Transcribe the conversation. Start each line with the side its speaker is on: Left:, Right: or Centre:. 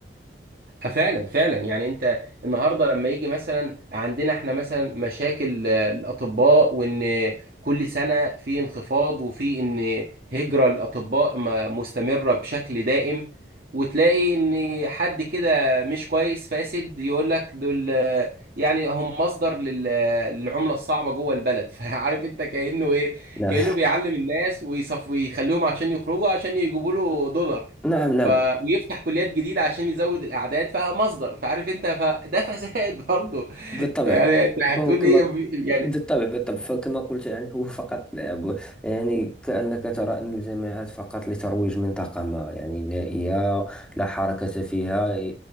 Right: آه، فعلا فعلا يعني انت النهارده لما يجي مثلا عندنا احنا مثلا مشاكل آه، الاطباء وان كل سنه في انخفاض وفي ان هجره الاطباء م- مستمره بشكل دائم وتلاقي ان حد كده مش كويس فاسد يقول لك دول آه، يعني هم مصدر لل- للعمله الصعبه جوه البلد <laughs> فعارف انت كانه ايه
Centre: نعم
Right: كانه بيعلم الناس ويصف ويخليهم عشان يخرجوا عشان يجيبوا له دولار
Centre: نعم نعم
Right: ف ويفتح كليات جديده عشان يزود الاعداد فمصدر فعارف انت فده فساد برضه
Centre: بالطبع
Right: <laughs> فيعني انت هتقول
Centre: فهو كما
Right: ايه يعني
Centre: بالطبع بالطبع فكما قلت يعني هو فقط لعب يعني كأنك ترى أن الجامعات فقط لترويج منطقة ما يعني نائية لا حركة فيها ي-